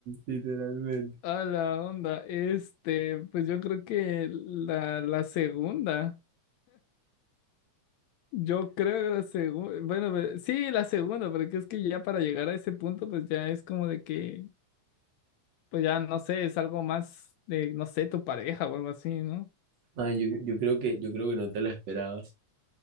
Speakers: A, on the right (about 55°); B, on the left (about 75°).
A: literalmente.
B: A la onda, este, pues yo creo que la, la segunda, yo creo que la segunda, bueno, ve- sí, la segunda, porque es que ya para llegar a ese punto, pues ya es como de que, pues ya no sé, es algo más de, no sé, tu pareja o algo así, ¿no?
A: Man, yo, yo creo que, yo creo que no te la esperabas.